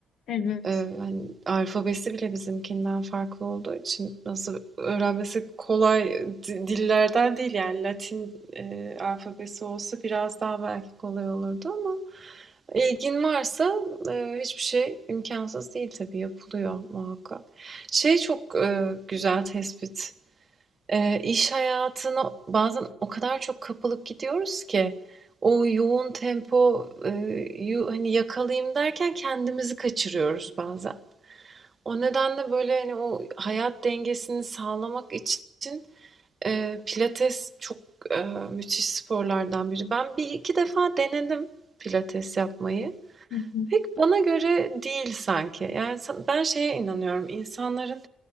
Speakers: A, on the left; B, on the right.
A: Evet.
B: Eee, hani, alfabesi bile bizimkinden farklı olduğu için nasıl öğrenmesi kolay di dillerden değil, yani, Latin, eee, alfabesi olsa biraz daha belki kolay olurdu ama ilgin varsa, eee, hiçbir şey imkansız değil tabii, yapılıyor muhakkak. Şey çok, eee, güzel tespit. Eee, iş hayatına bazen o kadar çok kapılıp gidiyoruz ki o yoğun tempo eee, yu hani, yakalayayım derken kendimizi kaçırıyoruz bazen. O nedenle böyle hani o hayat dengesini sağlamak için eee, pilates çok eee, müthiş sporlardan biri. Ben bir iki defa denedim pilates yapmayı.
A: Hı hı.
B: Pek bana göre değil sanki. Yani ben şeye inanıyorum. İnsanların